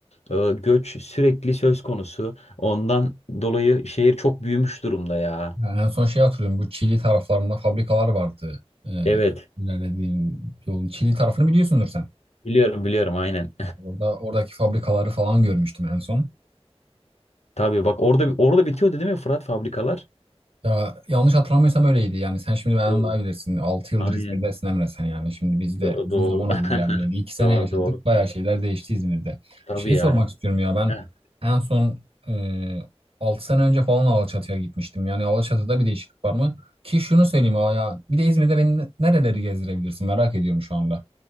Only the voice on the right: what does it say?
Yani en son şey hatırlıyorum. Bu Çili taraflarında fabrikalar vardı. Ee,
ilerlediğin yolun Çili tarafını biliyorsundur sen.
Orada oradaki fabrikaları falan görmüştüm en son.
Ya yanlış hatırlamıyorsam öyleydi. Yani sen şimdi
benden daha iyi bilirsin. altı yıldır
İzmir'desin Emre sen yani. Şimdi biz de
uzun
zaman oldu
gelmeyeli. iki sene
yaşadık.
Bayağı şeyler değişti İzmir'de.
Şeyi
sormak istiyorum ya ben
en son e, 6 sene önce falan Alaçatı'ya gitmiştim. Yani Alaçatı'da bir değişiklik var mı? Ki şunu söyleyeyim ya bir de İzmir'de beni nereleri gezdirebilirsin merak ediyorum şu anda.